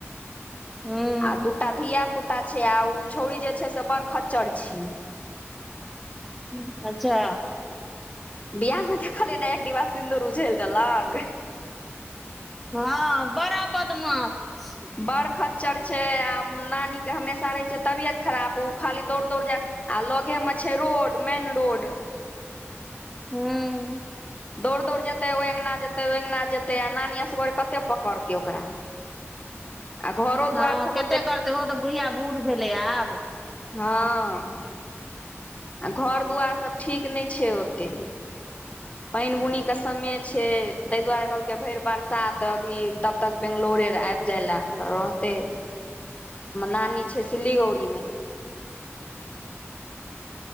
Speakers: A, in the centre; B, on the left.
A: हूँ
B: आ दूटा धिया पुता छै आ ओ छौउरी जे छै से बड़ खच्चर छैय
A: हँ अच्छा
B: बियाह में देखल ने जे एक डिबा सिन्दूर उझेल देलक
A: हँ बड़ा बदमाश छै
B: बरखत चर छै आ नानीक के हमेशा रहै छै तबियत खराब ओ खाली दौड़ दौड़ जाय आ लोगे म छै रोड मेन रोड
A: हूँ
B: दौड़ दौड़ जेतै ओहि अंगना जेतै ओ अ्गना जेतै आ नानी असगर कते पकड़तै ओकरा आ घरो
A: हँ
B: दुआर सब
A: कतेक
B: ओते
A: करतै ओ तऽ बुढ़िया बुढ़ भेलै आब
B: हँ आ घर दुआर सभ ठीक नहि छै ओतेक पानि बुनीके समय छै ताहि दुआरे कहलकै भरि बरसात अभी त तक बैंगलोरे आबि जाय ला तऽ रहते नानी छै सिल्लीगौड़ी मे